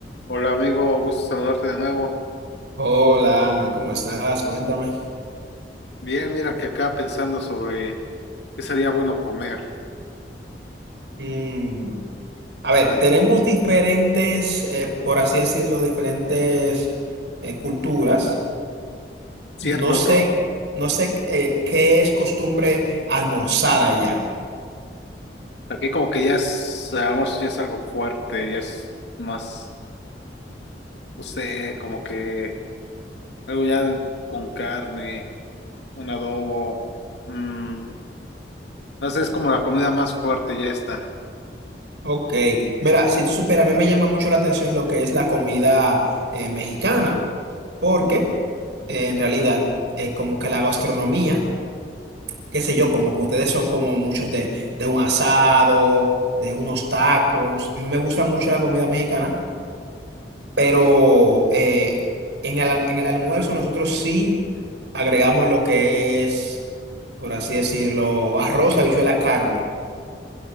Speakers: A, on the left (about 80°); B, on the right (about 85°).
A: Hola amigo, gusto saludarte de nuevo.
B: Hola Ángel, ¿cómo estás? Cuéntame.
A: Bien, mira que acá pensando sobre qué sería bueno comer.
B: Mm, a ver, tenemos diferentes, eh, por así decirlo, diferentes eh, culturas.
A: Cierto,
B: No sé,
A: bro.
B: no sé eh, qué es costumbre almorzar allá.
A: Aquí como que ya es, el almuerzo ya es algo fuerte, ya es más, no sé, como que algo ya con carne, un adobo. mm, no sé, es como la comida más fuerte, ya está.
B: Ok, mira, si tú supieras, a mí me llama mucho la atención lo que es la comida eh, mexicana, porque eh, en realidad eh, como que la gastronomía qué sé yo, como que ustedes son como muchos de, de un asado, de unos tacos. A mí me gusta mucho la comida mexicana, pero eh, en el, al- en el almuerzo nosotros sí agregamos lo que es, por así decirlo, arroz, habichuela, carne.